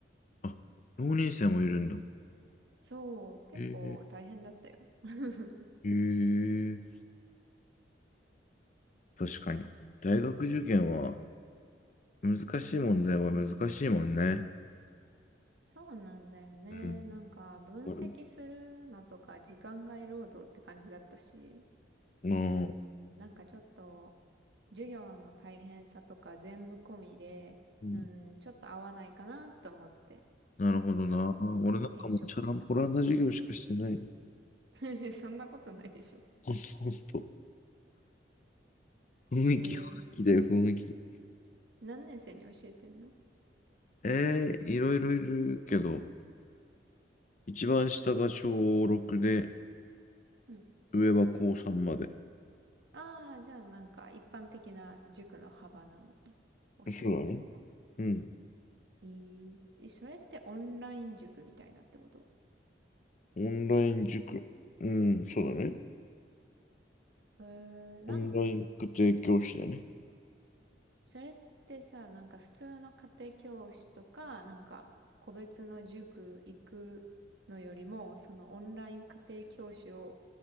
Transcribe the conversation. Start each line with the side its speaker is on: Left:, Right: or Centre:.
Left: あ、浪人生もいるんだ。
Right: そう、結構大変だったよ。
Left: えー、
Right: <laughs>
Left: えー確かに。大学受験は難しい問題は難しいもんね。
Right: そうなんだよね。
Left: うん。
Right: なんか、分析するのとか、
Left: わかる
Right: 時間外労働って感じだったし、
Left: ああ、
Right: うーん、なんかちょっと、授業の大変さとか全部込みで、
Left: うん
Right: うーん、ちょっと合わないかなと思って、
Left: なるほどな。
Right: ちょっと、うん、
Left: 俺なんかもうチャランポランな授業しかしてない。
Right: 転職した。<laughs> そんなことないでしょ。
Left: ほんと、ほんと。雰囲気、
Right: えー、
Left: 雰囲気だよ、雰囲気。
Right: 何年生に教えてんの
Left: ええ、いろいろいるけど、一番下が小6で、
Right: うん。
Left: 上は高3まで。
Right: ああ、じゃあなんか一般的な塾の幅なんだね。教える層は。
Left: そうなのうん。
Right: えーえそれってオンライン塾みたいなってこと
Left: オンライン塾。うん、そうだね。
Right: えー、なん、
Left: オンライン家庭教師だね。
Right: それってさ、なんか普通の家庭教師とか、なんか個別の塾行くのよりも、そのオンライン家庭教師を